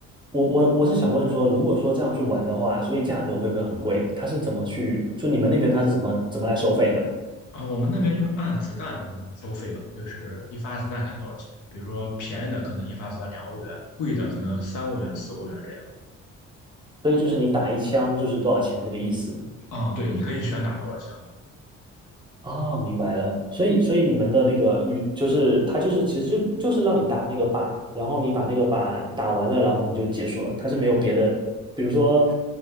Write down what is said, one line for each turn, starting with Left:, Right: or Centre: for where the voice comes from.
Right: 我我我是想问说，如果说这样去玩的话，所以价格会不会很贵？它是怎么去，就你们那边它是怎么怎么来收费的？
Left: 啊、我们那边就按子弹收费了，就是一发子弹看多少钱。比如说便宜的可能一发子弹两欧元，贵的可能三欧元、四欧元这
Right: 所以就是你打一枪就是多少钱这个意思。
Left: 样。啊、对，你可以选打多少枪。
Right: 哦，明白了。所以，所以你们的那个与就是它就是其实就就是让你打那个靶，然后你把那个靶打完了，然后你就结束了。它是没有别的，比如说，